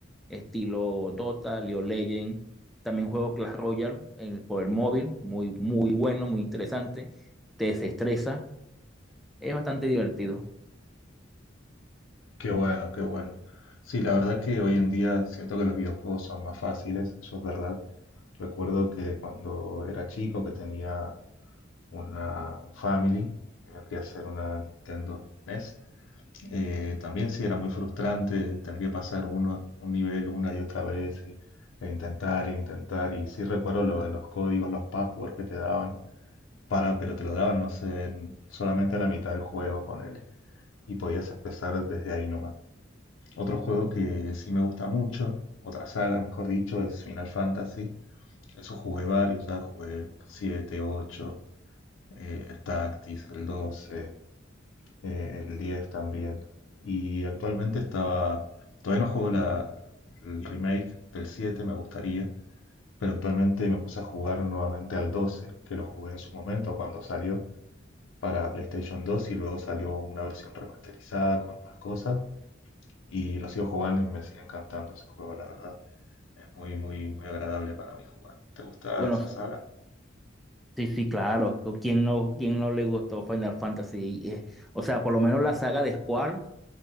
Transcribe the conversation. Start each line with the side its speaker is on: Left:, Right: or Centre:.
Centre: estilo Dota, League of Legends. También juego Clash Royale en el- por el móvil, muy, muy bueno, muy interesante. Te desestresa, es bastante divertido.
Left: Qué bueno, qué bueno. Sí, la verdad que hoy en día siento que los videojuegos son más fáciles, eso es verdad. Recuerdo que cuando era chico que tenía una, un Family, que vendría a ser una Nintendo NES, eh, también sí era muy frustrante tener que pasar uno, un nivel una y otra vez y, e intentar e intentar. Y sí recuerdo lo de los códigos, los passwords que te daban Para, pero te lo daban, no sé, en- solamente a la mitad del juego, ponele. Y podías empezar desde ahí nomás. Otro juego que sí me gusta mucho, otra saga, mejor dicho, es Final Fantasy. Eso jugué varios, ya jugué 7, 8, eh, el Tactics, el 12, eh, el 10 también. Y actualmente estaba. Todavía no juego la, el remake del 7, me gustaría. Pero actualmente me puse a jugar nuevamente al 12, que lo jugué en su momento cuando salió. para PlayStation 2 y luego salió una versión remasterizada con más cosas y lo sigo jugando y me sigue encantando ese juego, la verdad. Es muy, muy, muy agradable para mí jugar. ¿Te gusta
Centre: Bueno,
Left: esa saga?
Centre: sí, sí, claro. ¿Quién no, quién no le gustó Final Fantasy? Eh, o sea, por lo menos la saga de Squall